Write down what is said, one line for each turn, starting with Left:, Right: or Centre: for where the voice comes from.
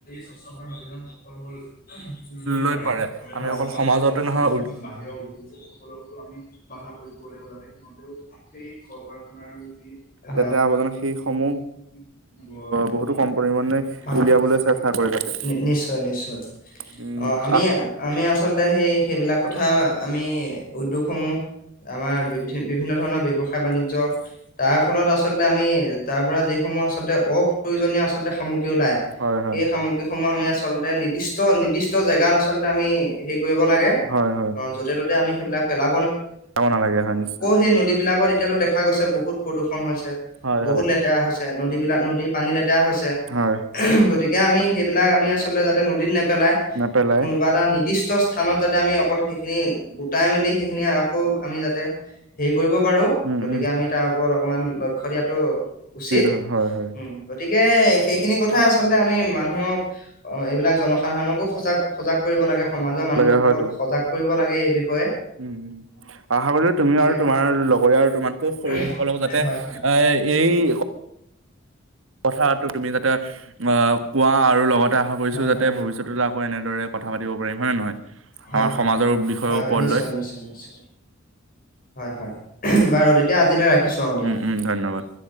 Left: স্বচ্ছ ভাৰত অভিযান সফল হব
Right: লৈ
Left: পাৰে। আমি
Right: অকল
Left: সমাজৰ
Right: সমাজতে নহয়
Left: বাহিৰৰ উদ্যোগ সকলো আমি বাধা প্ৰয়োগ কৰিব লাগে। <inaudible>
Right: লেতেৰা আৱৰ্জনা সেইসমূহ বহুতো কম পৰিমাণে উলিয়াবলৈ চেষ্টা কৰি আছো
Left: নি- নিশ্চয় নিশ্চয়
Right: উম
Left: অ আমি
Right: আহ।
Left: আমি আছো। আচলতে সেই সেইবিলাক কথা আমি উদ্যোগসমূহ আমাৰ বি বিভিন্ন ধৰণৰ ব্যৱসায় বাণিজ্য তাৰ ফলত আচলতে আমি। তাৰ পৰা যিসমূহ আচলতে অপ্ৰয়োজনীয় আচলতে সামগ্ৰী ওলাই
Right: হয় হয়
Left: সেই সামগ্ৰীসমূহ আমি আচলতে নিৰ্দিষ্ট নিৰ্দিষ্ট জেগাত আচলতে আমি হেৰি কৰিব লাগে
Right: হয় হয়
Left: অ য'তে ত'তে। আমি সেইবিলাক পেলা।
Right: যাব নেলাগে হয় নিশ্চয়।
Left: সেই নদীবলাকত এতিয়াাতো দেখা গৈছে বহুত প্ৰদূষণ হৈছে
Right: হয়
Left: বহুত
Right: হয়
Left: লেতেৰা হৈছে নদী বিলাক নদীৰ পানী লেতেৰা হৈছে
Right: হয়
Left: গতিকে আমি। সেইবিলাক আমি আছো। আ যাতে নদীত নেপেলাই
Right: নেপেলাই
Left: কোনোবা এটা নিৰ্দিষ্ট স্থানত যাতে আমি অকল সেইখিনি গোটাই মেলি সেইখিনি আকৌ আমি যাতে। হেৰি কৰিব পাৰোঁ
Right: উম
Left: গতিকে
Right: উম
Left: আমি তাৰ ওপৰত। অকণমান। লক্ষ্য দিয়াটো উচিত
Right: হয় হয় হয়
Left: উম গতিকে সেইখিনি কথাই আচলতে আমি মানুহক এইবিলাক জনসাধাৰণকো সজাগ সজাগ কৰিব লাগে। সমাজৰ মানুহসকলক
Right: লাগে হয়তো
Left: সজাগ কৰিব লাগে এই বিষয়ে
Right: উম উম আশা কৰিলো তুমিও আৰু তোমাৰ
Left: অ।
Right: লগৰীয়া আৰু তোমাতকৈ সৰু
Left: হয়
Right: সকলক যাতে এ এই। কথাটো তুমি যাতে অ কোৱা আৰু লগতে আশা কৰিছোঁ
Left: হয় হয়
Right: যাতে ভৱিষ্যতলৈ আকৌ এনেদৰে কথা পাতিব পাৰিম হয় নে নহয়
Left: হয়
Right: আমাৰ
Left: হয়
Right: সমাজৰ বিষয়ৰ
Left: হয়
Right: ওপৰ
Left: হয় নিশ্চয়
Right: লৈ।
Left: নিশ্চয় নিশ্চয় হয় হয় বাৰু তেতিয়া আজিলৈ ৰাখিছোঁ আৰু দিয়া
Right: উম
Left: হয়
Right: উম ধন্যবাদ।